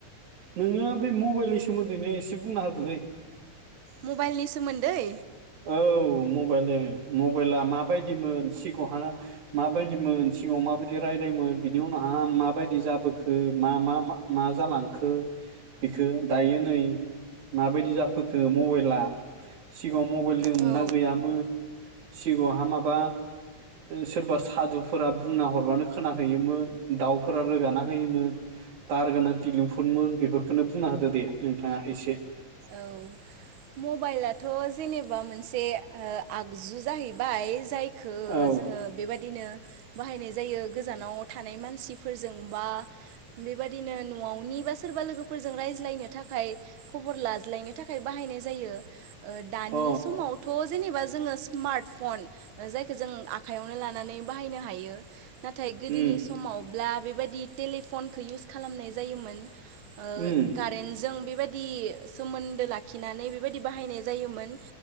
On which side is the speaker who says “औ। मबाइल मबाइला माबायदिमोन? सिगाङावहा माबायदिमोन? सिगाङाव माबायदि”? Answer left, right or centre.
Right